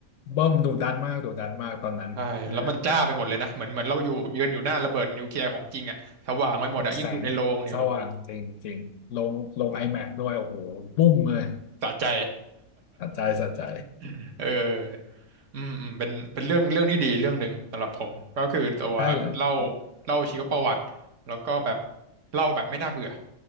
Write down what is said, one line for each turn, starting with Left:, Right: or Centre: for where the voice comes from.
Left: เบิ่มดูดันมากดูดันมากตอนนั้นเออ
Right: ใช่แล้วมันจ้าไปหมดเลยนะเหมือนเหมือนเราอยู่ยืนอยู่หน้าระเบิดนิวเคลียร์ของจริงอะสว่างไปหมดอะยิ่งดูในโรงเนี่ยโห
Left: แบบแสงสว่างจริงจริงลงลง iMac ด้วยโอ้โหปุ้มเลย
Right: สะใจ
Left: สะใจสะใจ
Right: <laughs> เอออืมอืมเป็นเป็นเรื่องเรื่องที่ดีเรื่องหนึ่งสำหรับผมก็คือตัวเล่า
Left: ใช่เลยอืม
Right: เล่าชีวประวัติแล้วก็แบบเล่าแบบไม่น่าเบื่อ